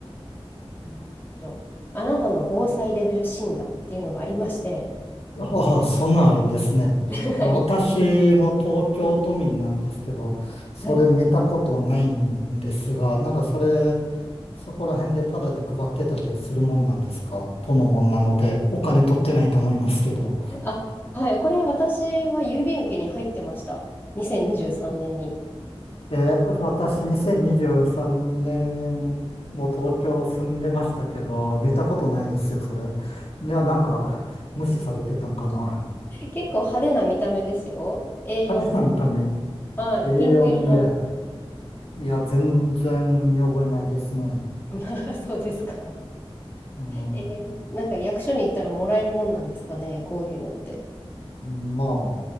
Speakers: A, on the left; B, on the left.
A: えっと、あなたの防災レベル診断っていうのがありまして、
B: ああ、そんなんあるんですね。
A: <laughs> はい。
B: いや、私も東京都民なんですけど、それ見たことないんですが、
A: はい。
B: なんかそれ、そこら辺でタダで配ってたりするもんなんですか都のもんなので、お金取ってないと思いますけど。
A: あ、はい。これ私は郵便受けに入ってました。2023年にじゅうさんねんに。
B: え私2023年も東京住んでましたけど、見たことないですよ、それ。いや、なんか無視されてたんかな。
A: 結構派手な見た目ですよ。A4、
B: 派手な見た目、
A: はい。
B: A4
A: ピンク色の。
B: で。いや、全然見覚えないですね。
A: <laughs> そうですか。
B: うん。
A: えーなんか役所に行ったらもらえるもんなんですかね、こういうのって。
B: ま